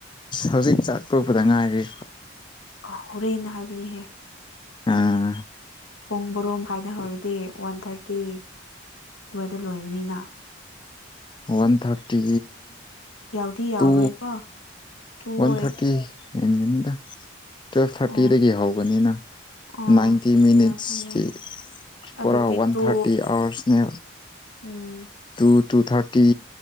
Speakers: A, on the left; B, on the left.
A: ꯍꯧꯖꯤꯛ ꯆꯥꯛ ꯇꯣꯛꯄꯗ ꯉꯥꯏꯔꯤ
B: ꯑꯥ ꯍꯣꯔꯦꯟ ꯍꯥꯏꯕꯅꯤꯍꯦ
A: ꯑꯥ
B: ꯄꯨꯡ ꯕꯔꯣ ꯃꯈꯥꯏꯗ ꯍꯧꯔꯗꯤ ꯋꯥꯟ ꯊꯥꯔꯇꯤ ꯑꯗꯨꯋꯥꯏꯗ ꯂꯣꯏꯒꯅꯤꯅ
A: ꯋꯥꯟ ꯊꯥꯔꯇꯤ
B: ꯌꯥꯎꯗꯤ ꯌꯥꯎꯔꯣꯏꯀꯣ
A: ꯇꯨ
B: ꯇꯨ
A: ꯋꯥꯟ
B: ꯑꯣꯏ
A: ꯊꯥꯔꯇꯤ ꯍꯦꯟꯒꯅꯤꯗ ꯇꯨꯋꯦꯜꯞ ꯊꯥꯔꯇꯤꯗꯒꯤ
B: ꯑꯣ
A: ꯍꯧꯕꯅꯤꯅ
B: ꯑꯣ
A: ꯅꯥꯏꯟꯇꯤ ꯃꯤꯅꯤꯠꯁꯇꯤ
B: ꯆꯥ ꯈꯪꯗꯦꯅꯦ
A: ꯄꯨꯔꯥ
B: ꯑꯗꯨꯗꯤ
A: ꯋꯥꯟ
B: ꯇꯨ
A: ꯊꯥꯔꯇꯤ ꯑꯋꯥꯔꯁꯅꯦ
B: ꯎꯝ
A: ꯇꯨ ꯇꯨ ꯊꯥꯔꯇꯤ